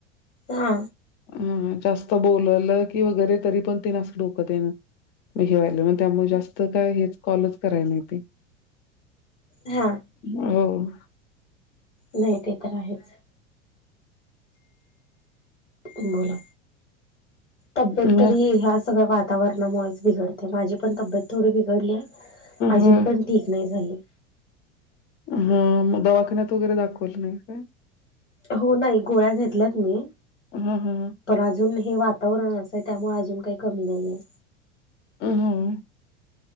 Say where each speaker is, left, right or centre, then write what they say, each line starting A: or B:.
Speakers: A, on the left; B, on the left.
A: हा.
B: ह ह जास्त बोललं की वगैरे तरी पण ते अस डोक तेन मग हे व्हाल, मग त्यामुळे जास्त काय हेच कॉलच कराय नाही ते.
A: हा.
B: हं.
A: नाही ते तर आहेच. बोला, तब्येत
B: मग
A: बरी आहे आज. सगळ वातावरणामुळेच बिघडते. माझी पण तबेत थोडी बिघडलीय अजून
B: होय.
A: पण ठीक नाही झाली.
B: ह मग दवाखान्यात वगैरे दाखवल नाही का.
A: हो नाही गोळ्या घेतल्यात मी.
B: हा हा.
A: पण अजून हे वातावरण असं आहे, त्यामुळे अजून काही कमी नाही.
B: हं हं.